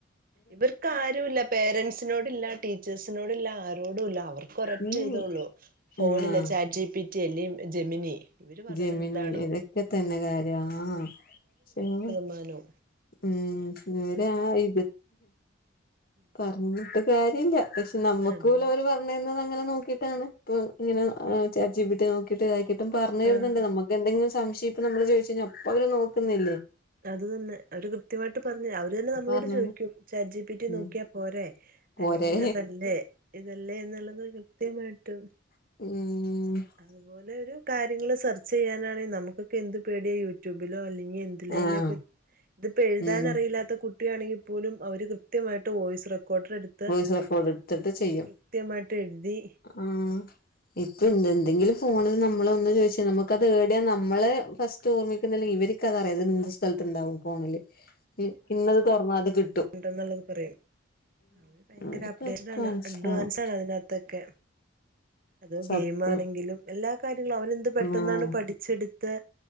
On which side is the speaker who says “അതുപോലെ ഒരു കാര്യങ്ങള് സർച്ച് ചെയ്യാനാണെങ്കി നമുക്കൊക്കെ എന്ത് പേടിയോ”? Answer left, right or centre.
Right